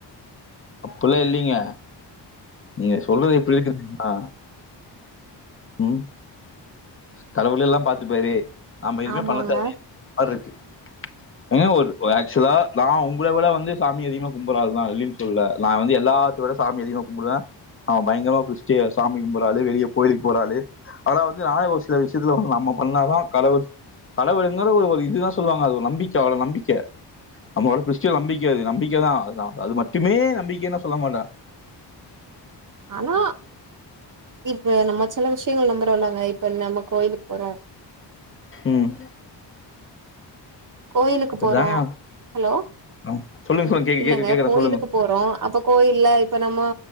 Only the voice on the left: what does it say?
அப்பயில்லாம் இல்லிங்க நீங்க சொல்றது எப்படி இருந்ததுனா உம் கடவுளே எல்லா பாத்து பாரு நாம்ம எதுவுமே
பண்ண தேவையில்லையாருக்கு ஏங்க ஒரு ஆக்சுலா நான் உங்கள விட வந்து சாமி அதிகமா கும்புற ஆளு தான் இல்லின்னு சொல்லல நான் வந்து எல்லாத்தியுட சாமி அதிகமா கும்பிடுவேன் நான் பயங்கரமா குஸ்டியா சாமி கும்புற ஆளு வெளிய கோயிலுக் போற ஆளு அதாவுது நானே வந்து ஒரு சில விஷியத்துல வந்து நம்ம பண்ணாதா கடவுள் கடவுயிருதாலும் அது ஒரு இதுதான் சொல்லுவாங்க அது ஒரு நம்பிக்கை அவ்ளோ நம்பிக்க நம்ளோட கிறிஸ்ட நம்பிக்கை அது நம்பிக்கை தான் அது மட்டுமே நம்பிக்கைனு எல்லாம் சொல்ல மாட்டேன்
ம்
அதுதாங்க
ஆ. சொல்லுங்க சொல்லுங்க கேக்க
கேக்க கேக்குறேன்
சொல்லுங்க